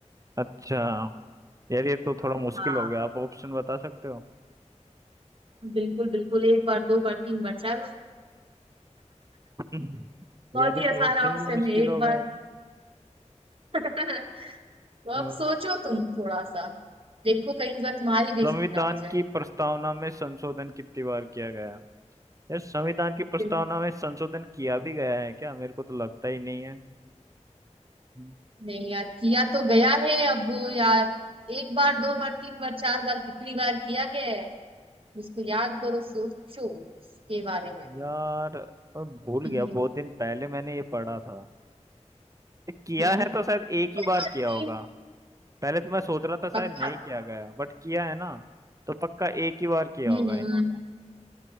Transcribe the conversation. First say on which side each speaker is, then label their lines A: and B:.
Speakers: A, on the right; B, on the right.
A: अच्छा यार ये तो थोड़ा
B: हाँ
A: मुश्किल हो गया आप ऑप्शन बता सकते हो
B: बिल्कुल बिल्कुल एक बार दो बार तीन बार चार बार
A: <laughs>
B: बहुत
A: यार ये
B: ही
A: तो
B: आसान
A: ऑप्शन
B: ऑप्शन
A: भी मुश्किल
B: है एक
A: हो
B: बार
A: गए
B: <laughs> तो
A: अ,
B: अब सोचो तुम थोड़ा सा देखो कहीं इस बार तुम्हारी बेइज्जती
A: संविधान
B: ना हो जाए
A: की प्रस्तावना में संशोधन कितनी बार किया गया यार संविधान की प्रस्तावना
B: फिर-
A: में संशोधन किया भी गया है क्या मेरे को तो लगता ही नहीं है हम्म।
B: नहीं यार किया तो गया है अब यार एक बार दो बार तीन बार चार बार कितनी बार किया गया है उसको याद करो सोचो इसके बारे में
A: यार अ, भूल
B: ये-
A: गया बहुत दिन पहले मैंने ये पढ़ा था ये किया
B: हम्म
A: है तो शायद एक ही बार
B: आदमी-
A: किया होगा पहले तो मैं सोच रहा था शायद
B: पक्का
A: नहीं किया गया बट किया है ना तो पक्का एक ही बार किया
B: हम्म
A: होगा इन्होंने